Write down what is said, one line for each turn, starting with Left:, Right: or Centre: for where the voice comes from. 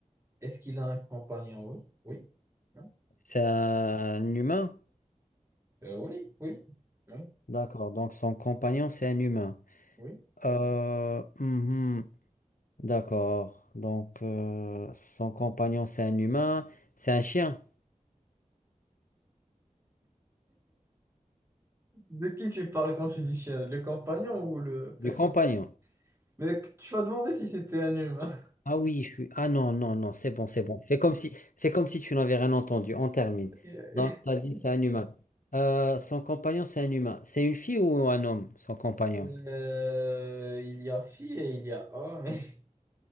Right: Est-ce qu'il a un compagnon? Oui. Oui.
Left: C'est un humain?
Right: Euh, oui, oui, oui,
Left: D'accord. Donc son compagnon, c'est un humain.
Right: oui.
Left: Euh, mhm. D'accord. Donc euh, son compagnon, c'est un humain. C'est un chien
Right: De qui tu parles quand tu dis chien? Le compagnon ou le personne?
Left: du compagnon.
Right: Mais tu m'as demandé si c'était un humain.
Left: Ah oui, je suis. Ah non, non, non, c'est bon, c'est bon. Fais comme si, fais comme si tu n'avais rien entendu. On termine.
Right: <laughs>
Left: Donc, tu as dit c'est un humain. Euh, son compagnon, c'est un humain. C'est une fille ou un homme, son compagnon?
Right: Euh, il y a fille et il y a homme. <laughs>